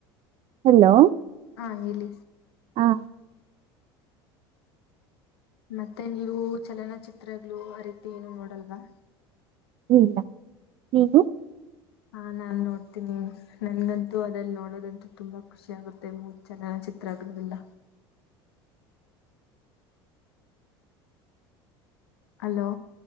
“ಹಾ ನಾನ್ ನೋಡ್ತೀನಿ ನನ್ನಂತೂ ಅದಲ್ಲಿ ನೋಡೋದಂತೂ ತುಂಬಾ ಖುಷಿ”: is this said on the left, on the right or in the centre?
Left